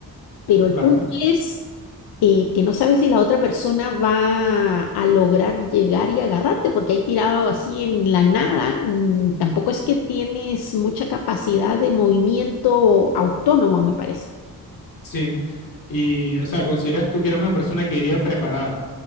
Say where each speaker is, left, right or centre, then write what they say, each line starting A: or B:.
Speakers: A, on the left; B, on the left.
A: pero el
B: claro,
A: punto es eh, que no sabes si la otra persona va a lograr llegar y agarrarte, porque ahí tirado así en la nada, mm, tampoco es que tienes mucha capacidad de movimiento autónomo, me parece.
B: sí. Y, o sea, ¿consideras tú que eres una persona que iría preparada?